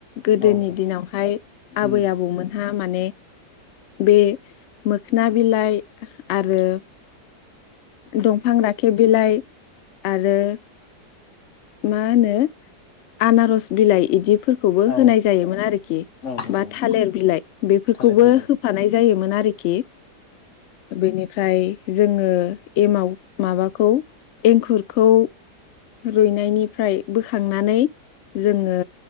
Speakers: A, on the left; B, on the left.
A: गोदोनि
B: औ औ
A: दिनावहाय आबै
B: औ
A: आबौमोनहा माने बे मोखोना बिलाइ ओ आरो दंफां राखेब बिलाइ आरो मा होनो आनारस बिलाइ इदि। फोरखौबो
B: औ
A: होनाय जायोमोन आरोखि
B: औ
A: बा
B: औ
A: थालिर बिलाइ बेफोरखौबो
B: थालिर बिलाइ
A: होफानाय जायोमोन आरोखि बेनिफ्राय जोङो एमाव माबाखौ एंखुरखौ रुइनायनिफ्राय बोखांनानै जो जोङो